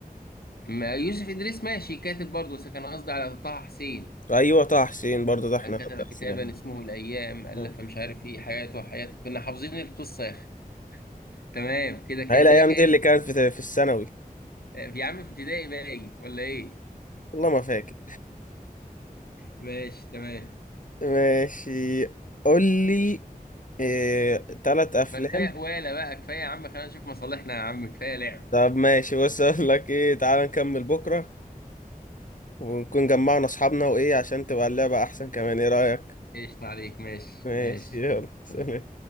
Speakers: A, on the left (about 85°); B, on the left (about 60°).
A: ما يوسف إدريس ماشي كاتب برضه بس كان قصدي على طه حسين
B: ايوه طه حسين برضو ده احنا
A: كان كتب
B: درسناه
A: كتابا اسمه الأيام ألف
B: آه.
A: مش عارف إيه حياته وحياته كنا حافظين القصة يا أخي تمام كده كده
B: هاي الايام
A: كده كام
B: دي اللي كانت في في الثانوي
A: يا عم في ابتدائي باين ولا إيه
B: والله ما فاكر
A: ماشي تمام
B: ماشي قول لي آه، تلات افلام
A: ما كفاية ولا بقى كفاية يا عم خلينا نشوف مصالحنا يا عم كفاية لعب
B: طب ماشي بص اقول لك ايه تعال نكمل بكره ونكون جمعنا اصحابنا وايه عشان تبقى اللعبه احسن كمان ايه رايك
A: قشطة عليك ماشي
B: ماشي
A: ماشي
B: يلا سلام
A: سلام